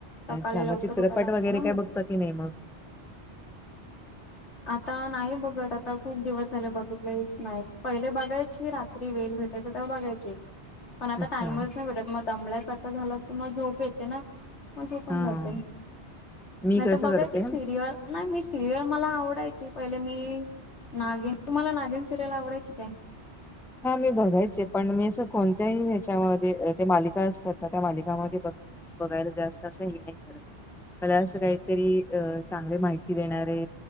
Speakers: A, on the left (about 85°); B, in the centre.
A: सकाळीं
B: अच्छा मग
A: लवकरं
B: चित्रपट
A: उठां लागते
B: वगैरे
A: नं मंग
B: काय बघता की नाही मग
A: आतां नाहीं बघतं आतां खूंप दिवसं झाले बघितलेलीचं नाहीं पहिले बघांयची रात्रीं वेळं भेटायंचा तेंव्हा बघायची पणं आतां
B: अच्छा
A: टाईमंचं नाहीं भेटतं मंग दमल्यांसारखं झालं की मंग झोप येते नां मंग झोपूंन
B: हा
A: जांते
B: मी
A: नाहीं
B: कसं
A: तरं बघांयची
B: करते
A: सिरियल नाहीं मी सिरियल मलां आवडांयची पहिले मी नागीन तुम्हांला नागिन सिरियल आवडांयची कायं
B: हां मी बघांयचे पणं मी असं कोणत्यांही त्यांच्यामध्ये ते मालिका असतांत नां त्यां मालिकामंध्यें बघं बघायंला जास्तं असं हे नाहीं करतं मलां असं कांहीतरी अं चांगले माहिती देणारे